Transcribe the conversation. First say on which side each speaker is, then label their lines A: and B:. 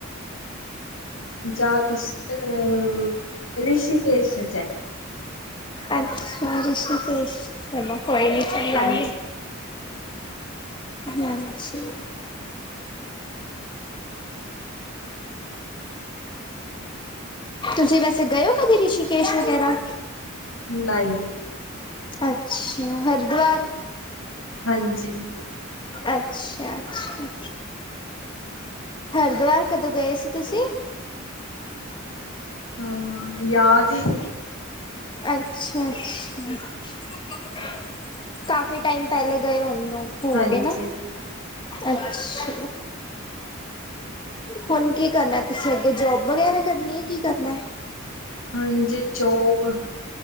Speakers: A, on the left; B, on the left.
A: ਜਾ ਤੁਸ ਤ ਰਿਸ਼ੀਕੇਸ਼ ਜਾ
B: ਅੱਛਾ ਰਿਸ਼ੀਕੇਸ਼, ਚਲੋ ਕੋਈ ਨੀ। ਚੱਲਾਂਗੇ
A: ਹਾਂਜੀ।
B: ਯਾਮਿ ਛੇ ਤੁਸੀਂ ਵੈਸੇ ਗਏ ਔ ਕਦੀ ਰਿਸ਼ੀਕੇਸ਼ ਵਗੈਰਾ
A: ਨਹੀਂ
B: ਅੱਛਿਆ ਹਰਿਦੁਆਰ
A: ਹਾਂਜੀ
B: ਅੱਛਿਆ ਅੱਛੇ ਹਰਿਦੁਵਰ ਕਦੋਂ ਗਏ ਸੀ ਤੁਸੀਂ
A: ਹਮ ਯਾਦ ਹੀ ਸੀ
B: ਅੱਛਾ ਅੱਛਾ ਕਾਫੀ ਟਾਈਮ ਪਹਿਲੇ ਗਏ ਉਹਣਨੂੰ ਹੋ
A: ਹਾਂਜੀ
B: ਗ ਨਾ ਅੱਛਾ ਹੁਣ ਕੀ ਕਰਨਾ ਤੁਸੀਂ ਅੱਗੇ ਜੋਬ ਵਗੈਰਾ ਕਰਨੀ ਹੈ ਕਿ ਕਰਨਾ
A: ਹਾਂਜੀ ਚੋਪ